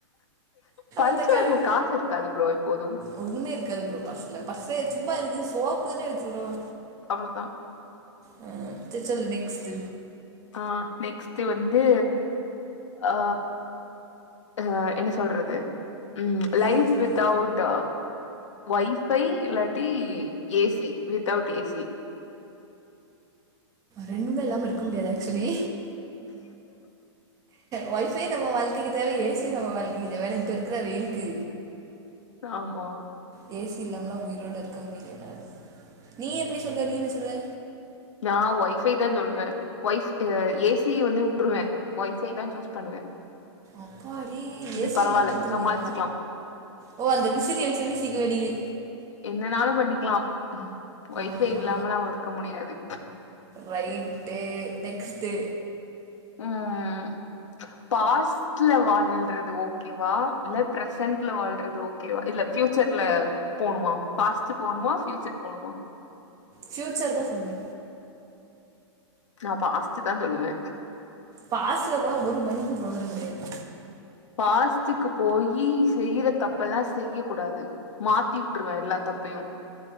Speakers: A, on the left (about 85°); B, on the right (about 20°).
A: பர்ஸ்ல
B: அந்த கடை
A: நம்ம காசு இருக்காது ப்ரோ எப்போதும்
B: ஒண்ணுமே இருக்காது ப்ரோ பர்ஸ்ல பர்ஸே சும்மா இருக்கு சோக்கு தே எடுத்துட்டு வருவோ
A: அவ்வளோதா
B: அ த சொல்லு நெக்ஸ்ட்
A: ஆ நெக்ஸ்ட்டு வந்து ஆ அ என்ன சொல்றது ம்
B: எதையோ
A: லைஃப்
B: சொல்லு
A: வித் அவுட் ஒய் ஃபை இல்லாட்டி A C without A C
B: ரெண்டுமே இல்லாம இருக்க முடியாது ஆக்சுவலி ஒய் ஃபையு நம்ம வாழ்க்கைக்கு தேவ ஏ சியும் நம்ம வாழ்க்கைக்கு தேவ ஏனா இப்ப இருக்கிற வெயிலுக்கு
A: ஆமா
B: ஏ சி இல்லாமலா உயிரோட இருக்க முடியல என்னால நீ எப்டி சொல்லுவ நீ என்ன சொல்லுவ
A: நா ஒய் ஃபை தா சொல்லுவே ஒய்ஃப் ஏ சிய வந்து உட்டுருவே ஒய் ஃபைதா சூஸ் பண்ணுவே
B: அப்பாடி ஏ சி
A: பரவாயில்ல
B: இல்லாம இருந்துருவியா
A: சமாளிச்சுக்கலாம்
B: ஓ அந்த விசிறிய வச்சு வீசிக்குவ வேண்டிது
A: என்னனாலு பண்ணிக்கலா ஒய்
B: ஆஹா
A: ஃபை இல்லாமல்லா இருக்க முடியாது
B: ரைட்டு நெக்ஸ்ட்டு
A: ம் பாஸ்ட்ல வாழ்றது ஓக் கேவா இல்ல பிரசன்ட்ல வாழ்றது ஓகேவா இல்ல பியூச்சர்ல போணுமா பாஸ்ட்டு போணுமா ஃபியூச்சர் போணுமா
B: ஃப்யூச்சர் தா சொல்லுவ
A: நா பாஸ்ட்டு தா சொல்லுவே
B: பாஸ்ட்டுல போனா ஒரு மண்ணுக்கு ப்ரோஜனம் கெடயாது
A: பாஸ்டுக்கு போயி செய்யிற தப்பெல்லா செய்ய கூடாது மாத்தி உட்டுருவே எல்லா தப்பையும்